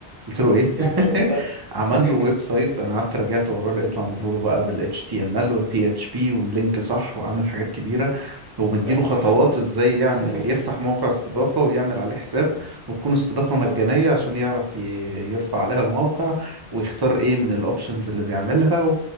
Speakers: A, on the right; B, on the right.
A: قلت له ايه
B: يعمل
A: <laughs>
B: له ويب سايت
A: عمل
B: <laughs>
A: له ويب سايت انا قعدت راجعت وراه لقيته عامله له بقى بال HTML وال PHP وملينك صح وعامل حاجات كبيره ومديله
B: اوف احنا
A: خطوات
B: كمان
A: ازاي يعمل
B: <laughs>
A: يفتح موقع استضافه ويعمل عليه حساب وتكون استضافة مجانية
B: اه
A: عشان يعرف ي- يرفع عليها الموقع ويختار ايه من الاوبشنز اللي بيعملها